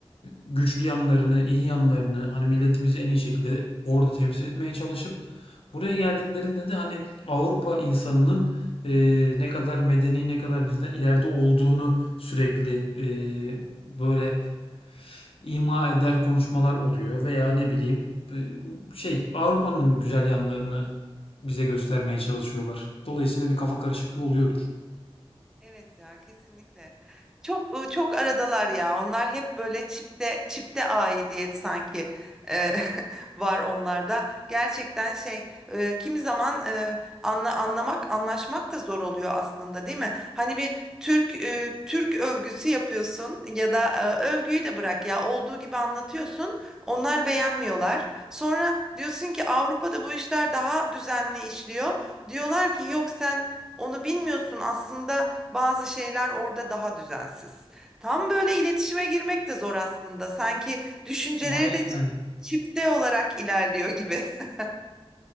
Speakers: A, on the left; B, in the centre.
A: güçlü yanlarını, iyi yanlarını hani milletimizi en iyi şekilde orada temsil etmeye çalışıp buraya geldiklerinde de hani Avrupa insanının e, ne kadar medeni, ne kadar bizden ileride olduğunu Sürekli eee, böyle ima eder konuşmalar oluyor veya ne bileyim e, şey Avrupa'nın güzel yanlarını bize göstermeye çalışıyorlar. Dolayısıyla bir kafa karışıklığı oluyordur.
B: Evet ya kesinlikle. Çok e, çok aradalar ya. Onlar hep böyle çipte çipte aidiyet sanki e, <laughs> var onlarda. Gerçekten şey e, kimi zaman e, anla, anlamak anlaşmak da zor oluyor aslında değil mi? Hani bir Türk e, Türk övgüsü yapıyorsun ya da e, övgüyü de bırak ya olduğu gibi anlatıyorsun. Onlar beğenmiyorlar. Sonra diyorsun ki Avrupa'da bu işler daha düzenli işliyor. Diyorlar ki yok sen onu bilmiyorsun aslında bazı şeyler orada daha düzensiz. Tam böyle iletişime girmek de zor aslında. Sanki düşünceleri
A: Aynen,
B: de çi- çifte olarak ilerliyor gibi. <laughs>